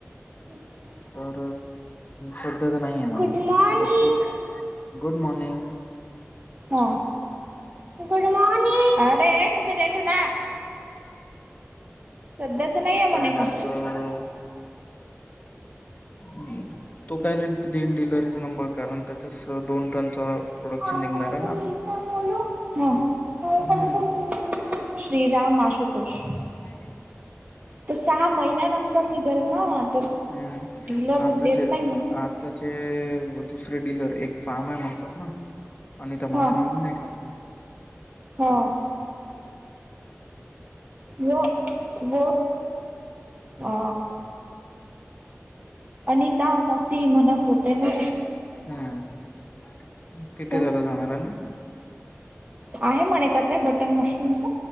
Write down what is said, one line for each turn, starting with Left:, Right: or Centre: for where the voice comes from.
Right: अच्.
Left: तर सध्या तर नाही आहे म्हणे
Right: गुड मॉर्निंग
Left: आता तो गुड मॉर्निंग
Right: हा गुडमॉर्निंग अरे एक मिनिट ना सध्याच नाहीये म्हणे
Left: तर मग.
Right: का
Left: ् तो कायला न डीललरचा नंबर कारण त्याच्याच दोन टनचा प्रोडक्शन
Right: आ
Left: निघणार
Right: पै नाही
Left: आहे ना आता
Right: बोलू का
Left: हम्म
Right: पैसे <unintelligible> श्रीराम आशुतोष
Left: ह
Right: तू सहा महिन्यानंतर निघल ना तर
Left: हम्म
Right: डीलर
Left: आता
Right: देत
Left: ज
Right: नाही मग
Left: आ आताचे दुसरे डीलर एक फार्म आहे म्हणतात ना आणि त माझ
Right: हा
Left: समान नाही कापलं
Right: हा. व व अ अनिता मॉसी म्हनात होते ना.
Left: हम्म तिथे
Right: तर
Left: जात जाणार आहे ना.
Right: आहे म्हणे का ते बटर मशरूमच